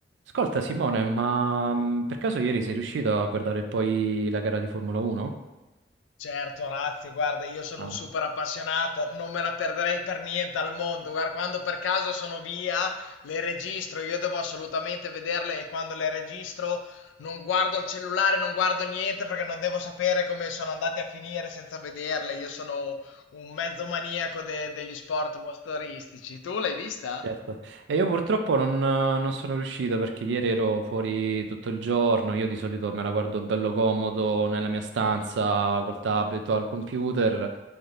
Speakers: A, on the right; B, on the left.
A: Ascolta Simone, ma mh, per caso ieri sei riuscito a guardare poi la gara di Formula 1?
B: Certo, Razzi, guarda, io sono
A: Ah,
B: un super appassionato, non me la perderei per niente al mondo. Guarda, quando per caso sono via, le registro, io devo assolutamente vederle e quando le registro non guardo il cellulare, non guardo niente perché non devo sapere come sono andate a finire senza vederle. Io sono un mezzo maniaco de- degli sport motoristici. Tu l'hai vista?
A: certo. E io purtroppo non, non sono riuscito perché ieri ero fuori tutto il giorno, io di solito me la guardo bello comodo nella mia stanza col tablet o al computer,